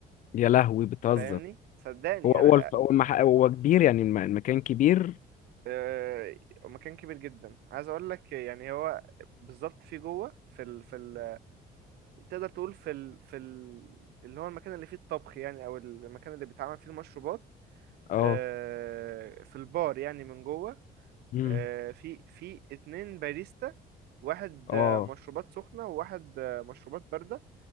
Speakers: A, on the left (about 50°); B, on the right (about 75°).
A: يا لهوي بتهزر
B: فاهمني صدقني
A: هو هو
B: انا
A: الف...
B: آه،
A: هو, المح... هو كبير يعني الم- المكان كبير
B: آه، مكان كبير جدا عايز اقول لك يعني هو بالظبط في جوه في ال في ال تقدر تقول في ال... في ال... اللي هو المكان اللي فيه الطبخ يعني او المكان اللي بيتعمل فيه المشروبات
A: اه
B: آه، في البار يعني من جوه
A: امم
B: آه، في في اتنين باريستا واحد
A: اه
B: آه، مشروبات سخنة وواحد آه، مشروبات باردة